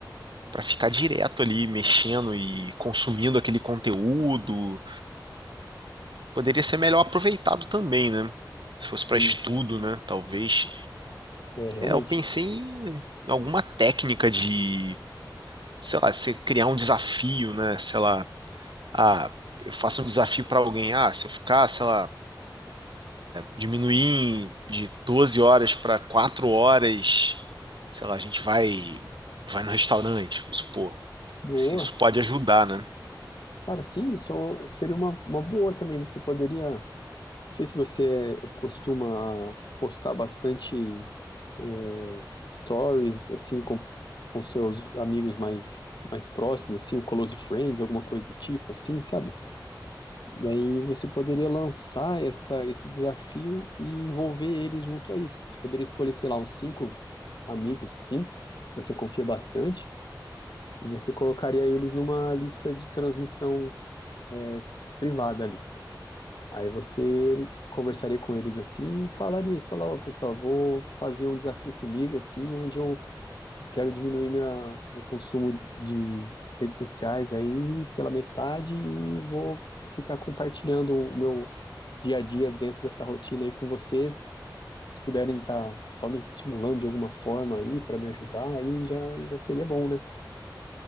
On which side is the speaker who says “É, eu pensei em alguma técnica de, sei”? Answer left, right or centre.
Right